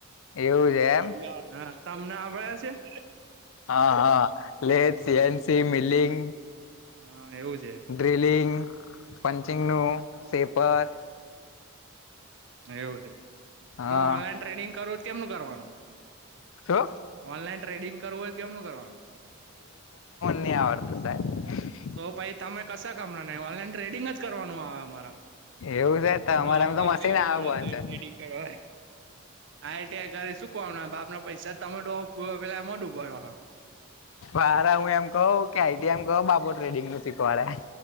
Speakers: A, on the left; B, on the right.
A: એવું છે.
B: તમને
A: એમ
B: આવડે છે, હ, તમને આવડે છે. <unintelligible>
A: હા, હા,
B: હમ
A: સી એન સી મિલિંગ
B: હા, એવું છે.
A: ડ્રલિંગ, પંચિંગનું, સેપર.
B: એવું છે,
A: હા
B: આમાં ઓનલાઈન ટ્રેડિંગ કરવું ત કેમનું કરવાનું?
A: શું
B: ઓનલાઈન ટ્રેડિંગ કરવું ઓય કેમનું કરવાનું?
A: ની આવડતું સાહેબ.
B: તો ભાઈ તમે કશા કામના નઇ ઓનલાઈન ટ્રેડિંગ જ કરવાનું. હ, મારા
A: એવું છે તો
B: હ
A: અમારે
B: જેવતી
A: એમ તો મશીન
B: પેલી ત
A: આવે
B: પડે
A: બંધ
B: જીવતી.
A: છે
B: ટેડિગ કરવા આય, હા એતે અગર શું કોમના બાપનુ. પૈસા તમે તો પૂરો પેલા એમહો ડુંબાડો હો.
A: હારા હું એમ કઉ કે આઈ ટી આઇ માં કયો બાપો ટ્રેડિંગનું શીખવાડે.